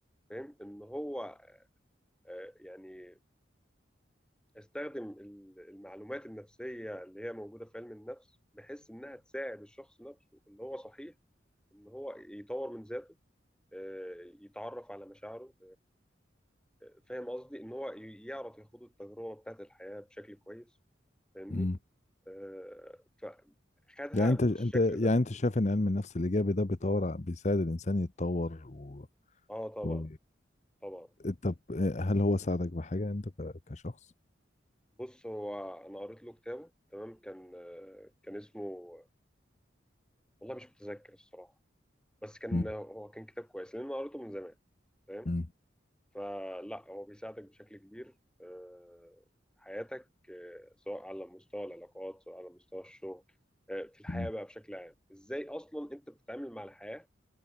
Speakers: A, in the centre; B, on the left.
A: فاهم؟ إن هو آه، يعني استخدم ال- المعلومات النفسيه اللي هي موجوده في علم النفس بحيث انها تساعد الشخص نفسه اللي هو صحيح ان هو يطور من ذاته آه، يتعرف على مشاعره آه، فاهم قصدي ان هو ي- يعرف يخوض التجربه بتاعت الحياه بشكل كويس فاهمني
B: امم
A: آه، فخدها
B: يعني انت
A: بالشكل
B: انت يعني
A: ده
B: انت شايف ان علم النفس الايجابي ده بيطور ع- بيساعد الانسان يتطور و...
A: اه طبعا
B: و...
A: طبعا
B: طب هل هو ساعدك بحاجه انت ك... كشخص
A: بص هو انا قريت له كتابه تمام كان آه، كان اسمه والله مش متذكر الصراحه بس كان
B: امم
A: هو كان كتاب كويس لان انا قريته من زمان فاهم
B: امم
A: فلا هو بيساعدك بشكل كبير آه، في حياتك آه، سواء على مستوى العلاقات سواء على مستوى الشغل آه، في الحياة
B: امم
A: بقى بشكل عام ازاي اصلا انت بتتعامل مع الحياة